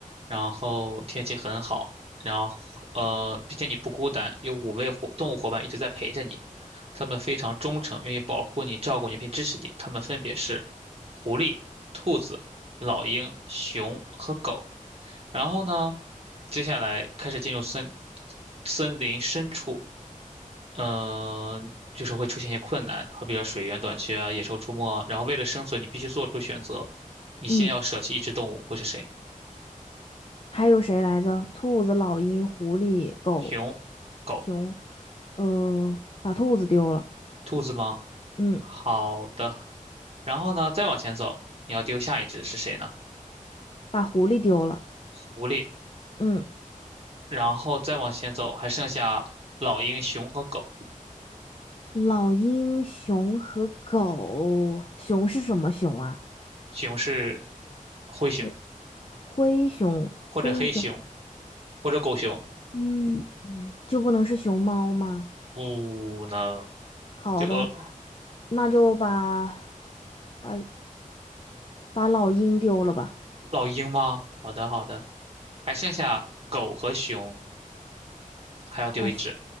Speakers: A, on the right; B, on the left.
A: 然后天气很好，然后呃，并且你不孤单，有五位伙动物伙伴一直在陪着你，他们非常忠诚，愿意保护你、照顾你并支持你。他们分别是狐狸、兔子、老鹰、熊和狗。然后呢，接下来开始进入森森林深处，嗯、就是会出现一些困难，好比说水源短缺啊，野兽出没啊。然后为了生存，你必须做出选择，你先要舍弃一只动物，
B: 嗯，
A: 会是谁？
B: 还有谁来着？兔子、老鹰、狐狸、狗、
A: 熊、狗、
B: 熊。呃，把兔子丢了。
A: 兔子吗？
B: 嗯，
A: 好的，然后呢，再往前走，你要丢下一只是谁呢？
B: 把狐狸丢了。
A: 狐狸。
B: 嗯，
A: 然后再往前走，还剩下老鹰、熊和狗。
B: 老鹰、熊和狗。熊是什么熊啊？
A: 熊是灰熊，
B: 呃灰熊，
A: 或者黑熊，
B: 灰熊。
A: 或者狗熊。
B: 嗯，就不能是熊猫吗？
A: 不能，
B: 好的，
A: 这呃，
B: 那就把把把老鹰丢了吧。
A: 老鹰吗？好的，好的，还剩下狗和熊。还要丢一只，
B: 把熊